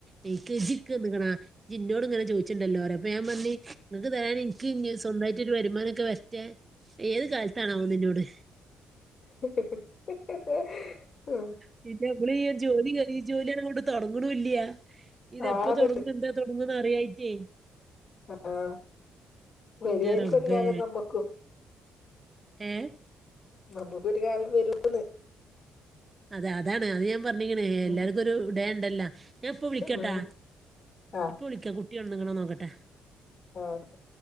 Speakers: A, on the right (about 25°); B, on the left (about 55°).
A: എനിക്ക് ജിക്കന്ന്ക്ണോ ജിന്നോട് ഇങ്ങനെ ചോദിച്ചിണ്ടല്ലോറിം അപ്പം ഞാൻ പറഞ്ഞ്നിങ്ങൾക്ക് തരാൻ എനിക്ക് ഇഞ്ഞി സ്വന്തമായിട്ടൊരു വരുമാനം ഒക്കെ വെരട്ടെ ഏത് കാലത്താണാവോന്ന് ഇന്നോട്
B: ഹ്ഹ്ഹ ഹ ഹ ഹ്
A: പിന്നെ നമ്മള് ഈ ജോലി കയിഞ്ഈ ജോലിങ്ങോട്ട് തുടങ്ങണൂല്ല ഇതെപ്പോ
B: ആത്
A: തുടങ്ങും എന്താ തൊടങ്ങുംന്ന് അറിയായിറ്റേ
B: ആഹ്ആഹ് വരുവായിരിക്കും
A: ഇന്റെ റബ്ബേ.
B: ഒരു കാലം നമ്മുക്കും
A: ഏഹ്
B: നമുക്കൊ ഒരു കാലം വരൂന്ന്
A: അതെ അതാണ് അത് ഞാൻ പറഞ്ഞി ക്ണ്
B: ഉം
A: എല്ലാവർക്കും ഒരു ഡേ ഉണ്ടല്ലോ ഞാൻ ഇപ്പ വിളിക്കട്ടോ
B: ഉം ആ
A: ഇപ്പൊ വിളിക്കാം കുട്ടി കുട്ടി ഒണ് ന്ന് ക്ണോ നോക്കട്ടെ
B: ഓക്കെ